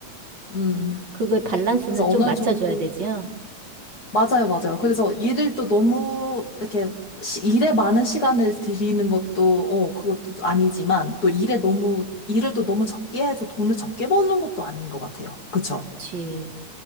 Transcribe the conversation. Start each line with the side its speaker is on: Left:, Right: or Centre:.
Left: 음,
Right: 그걸 밸런스는
Left: 그래서
Right: 좀
Left: 어느
Right: 맞춰줘야
Left: 정도,
Right: 되지, 요
Left: 맞아요, 맞아요. 그래서 일을 또 너무, 이렇게, 시- 일에 많은 시간을 들이는 것도, 어, 그것도 아니지만, 또 일에 너무, 일을 또 너무 적게 해서 돈을 적게 버는 것도 아닌 것 같아요. 그쵸?
Right: 그치.